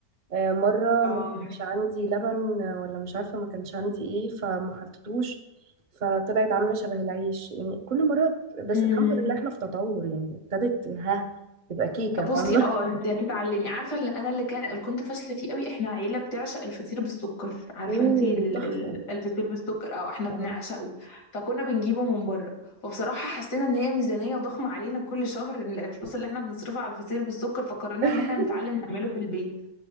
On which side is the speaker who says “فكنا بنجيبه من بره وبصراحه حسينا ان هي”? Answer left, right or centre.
Left